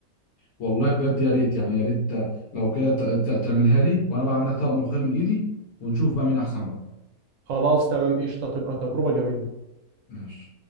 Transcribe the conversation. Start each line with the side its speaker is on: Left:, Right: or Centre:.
Left: والله بجد يا ريت يعني يا ريت لو كده ت- ت- تعملها لي وانا بعملها طبق ملوخيه من ايدي ونشوف بقى مين احسن بقى
Right: خلاص تمام قشطه تبقى تجربه جميله
Left: ماشي